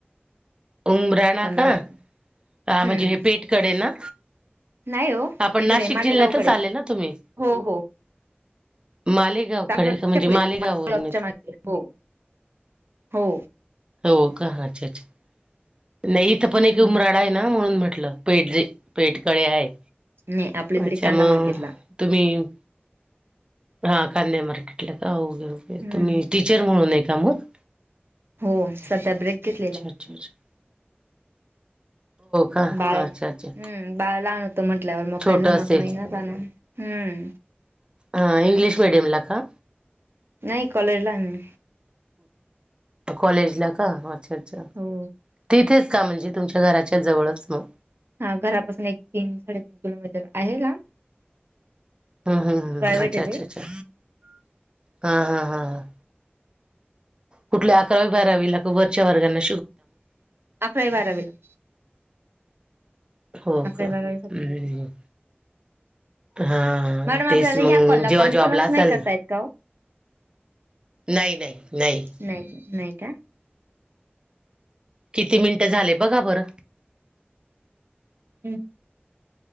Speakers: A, on the right; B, on the right.
A: उमराणा
B: कांदा
A: का
B: मार्केट हम्म
A: म्हणजे हे पेठकडे ना.
B: नाही हो
A: आपण
B: इकडे
A: नाशिक
B: मालेगावकडे
A: जिल्ह्यातच आले ना तुम्ही
B: हो हो
A: माले. ावकडे
B: चांदवडच्या
A: म्हणजे
B: पुढे
A: मालेगाव वून य.
B: च्या मागे हो हो
A: हो का अच्छ अ्छा! नाही इथं पण
B: हम्म
A: एक उमराडा आहे ना म्हणून म्हटलं पेठ ज पेठकळे आहे.
B: नाही आपल्या इकडे
A: अच्छा
B: कांदा
A: मग
B: मार्केटला.
A: तुम्ही. हा कन <unintelligible> मार्केटला का होघे
B: हम्म
A: तुम्ही टीचर म्हणून आहे का मग.
B: हो सध्या ब्रेक घेतलेलाय.
A: अच्ाचा <inaudible> का?
B: बाळ
A: अच्छा अच्छा
B: हम् बाळ लहान होत म्हंटल्यावर मग
A: छोट
B: काय जमत
A: असेल.
B: नाही ना हम्म
A: ह इंग्लिश मीडियम ला का?
B: नाही कॉलेजला्ही.
A: कॉलेजला का अच्छा अच्छा
B: हो
A: तिथेच का म्हणजे. तुमच्या घराच्या जवळच मग.
B: हा घरापासून एक तीन साडेतीन किलोमीटर आहे ना.
A: हम् हम् हम््
B: प्रायव्हेट
A: अच्छा
B: आहे
A: अच्छा
B: ते
A: अच्छा हा हा हा ह कुठल्या अकरावी बारावी लाग वरच्या वर्गाना.
B: अकरा बारावीला.
A: हो
B: अकरावी
A: का
B: बारावीसाठी
A: हम्
B: घेते
A: हा
B: मॅडम आपल्याला
A: तेच मंग
B: ह्या कॉलला
A: जेव्हा
B: कॉन्फरन्स
A: जेव्हा असल
B: नाही करता येत का ओ?
A: नाही नाही नाही.
B: नाही नाही काय.
A: किती मिनटं झाले बघा बरं.
B: हम्